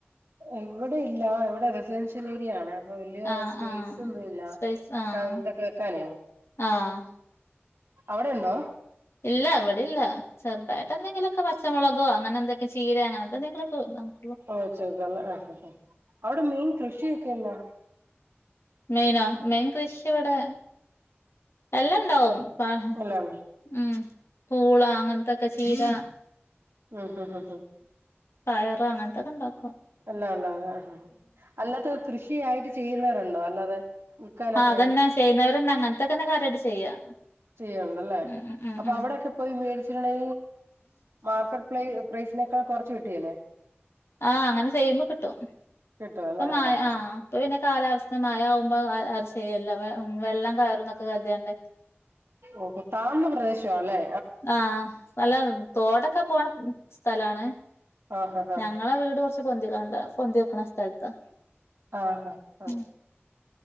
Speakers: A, on the right; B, on the left.
A: ഇവിടെ ഇല്ല ഇവിടെ റെസിഡൻഷ്യലേരിയ ആണേ വല്യ
B: ആഹ്
A: സ്പേസ്
B: ആഹ്
A: ഒന്നുല്ല
B: സ്പൈസ് ആഹ്
A: ഇതൊക്കെ വെക്കാനേ.
B: ആഹ്
A: അവിടെ ഉണ്ടോ?
B: ഇല്ല അവിടെ ഇല്ല ചെറ്തായിട്ടെന്തെങ്കിലൊക്കെ പച്ചമുള കോ അങ്ങനെ എന്തക്കെ ചീര അങ്ങനെ എന്തോന്നെങ്കിലും വേ
A: ആഹ് ച ആഹ് ഹ ഹ അവിടെ മെയിൻ കൃഷിയൊക്കെന്നാ?
B: മെയ്നാ മെയ്ൻ കൃഷി ഇവിടെ എല്ലാം ഇണ്ടാവും. പാ
A: എല്ലാം ഉണ്ടോ
B: ഉം പൂള അങ്ങനത്തൊക്കെ ചീര
A: ഉം ഹു ഹു ഹും.
B: പയറ് അങ്ങൻത്തൊക്കെ ഉണ്ടാവും.
A: അല്ലാ <unintelligible> ആ അല്ലാത്ത കൃഷിയായിട്ട് ചെയ്യുന്നവരുണ്ടോ അല്ലാതെ? വിൽക്കാനൊക്കെ
B: ആ അതന്നെ ചെയ്യുന്നവര്ന്നെ അങ്ങനത്തക്കെന്നെ കാര്യമായിട്ട് ചെയ്യാ.
A: ചെയ്യാേള്ളല്ലേ
B: ഉം ഉം ഉം
A: അപ്പൊ
B: ഉം
A: അവിടെക്കെ പോയി മേടിച്ചിട്ടുണ്ടെ മാർക്കറ്റ് പ്ര പ്രൈസിനേക്കാൾ കുറച്ച് കിട്ടിയല്ലേ?
B: ആഹ് അങ്ങനെ ചെയ്യുമ്പോ കിട്ടും.
A: കിട്ടും അല്ലേ
B: ഇപ്പൊ മഴ
A: ആ ആ
B: ആഹ് ഇപ്പൊ പിന്നെ കാലാവസ്ഥ മഴ ആവുമ്പോ ചെയ്യല്ല വെ വെള്ളം കയറും എന്നൊക്കെ കരുതിയാണ്ട്
A: ഓഹോ താഴ്ന്ന പ്രദേശവാല്ലേ
B: ആഹ് നല്ല തോടൊക്കെ പോണ സ്ഥലാണ്
A: ആഹ് ഹ ഹ
B: ഞങ്ങളെ വീട് കുറച്ച് പൊന്തി കണ്ട പൊന്തിവെക്കണ സ്ഥലത്താ
A: ആഹ് ഹ
B: ഉം